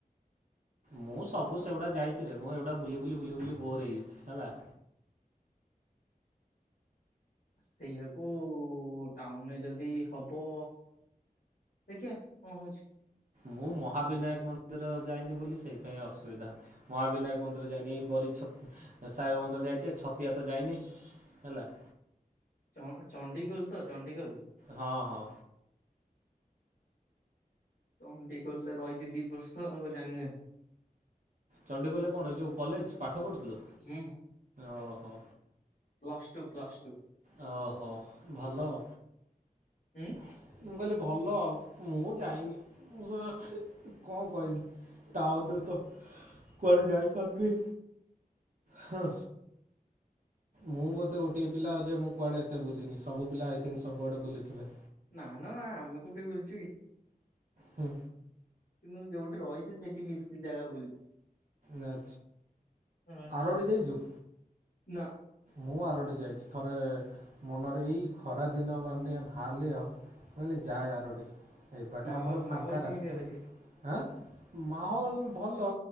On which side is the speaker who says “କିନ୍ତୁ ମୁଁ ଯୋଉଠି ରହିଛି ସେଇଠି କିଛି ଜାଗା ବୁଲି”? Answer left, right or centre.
Left